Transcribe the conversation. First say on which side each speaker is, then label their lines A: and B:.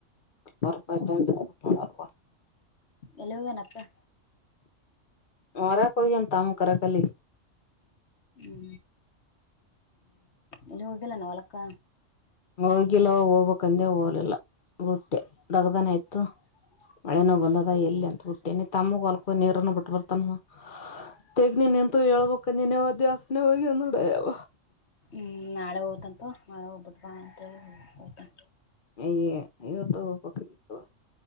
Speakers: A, on the left (about 45°); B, on the left (about 60°).
A: <unintelligible>
B: ಎಲ್ಲೆ ಅದನ ಅಪ್ಪ್ಯಾ
A: ಮಾರಕ ಹೋಗ್ಯಾನ್ ತಮ್ಮ ಕರೆಯಕ್ ಅಲ್ಲೇ
B: ಹ್ಮ ಇಲ್ಲಿ ಹೋಗಿಲ್ಲಾನ ಹೋಲಕ್ಕ
A: ಹೋಗಿಲ್ಲ ಹೋಗ್ಬಕ್ಂದೆ ಹೋಗಲಿಲ್ಲ ಬುಟ್ಟೆ ದಗ್ದಾನ ಆಯ್ತು ಮಳೆನೋ ಬಂದದ ಎಲ್ಲಿ ಅಂತ ಬಿಟ್ಟೇನೆ ತಮ್ಮಗ ಹೊಲ್ಕ ಹೋಗಿ ನೀರನ ಬಿಟ್ಟ ಬರ್ತಾನವ ತಗ ನಿನ್ನೆ ನಿಂತು ಹೇಳಬಕ ನಿನ್ <unintelligible> ಹೋಗಿ ಅೋಡಾವ
B: ಹ್ಮ ನಾಳೆ ಹಓತಂತ ಮೆ ಹೋಗ್ಬಿಟ್ ಬಾ ಅಂತೇಳಿ ಹಓತನ್
A: ಅಯ್ಯ ಇವತ್ತ ಹೋಗ್ಬಕಾಗಿತ್ತು